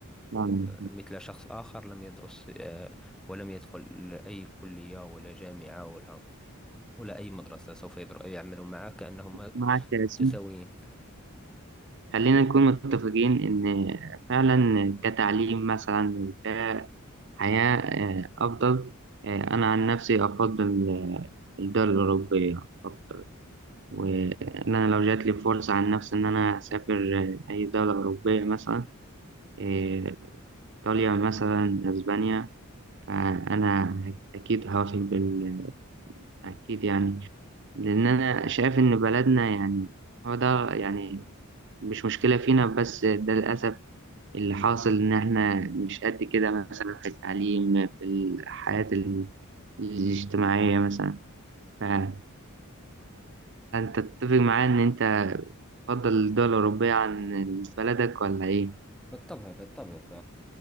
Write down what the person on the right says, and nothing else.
يعني
معك يا
ياسين خلينا نكون متفقين إن فعلا كتعليم مثلا كحياة آه، أفضل آه، أنا عن نفسي أفضل آه، الدول الأوروبية أكتر وإن أنا لو جات لي فرصة عن نفسي إن أنا أسافر آه، أي دولة أوروبية مثلا آه، إيطاليا مثلا أسبانيا فأنا أكيد هوافق بال أكيد يعني لأن أنا شايف إن بلدنا يعني هو ده يعني مش مشكلة فينا بس ده للأسف اللي حاصل إن إحنا مش قد كده مثلا في التعليم في الحياة ال- الاجتماعية مثلا فأنت تتفق معايا إن أنت تفضل الدول الأوروبية عن بلدك ولا إيه؟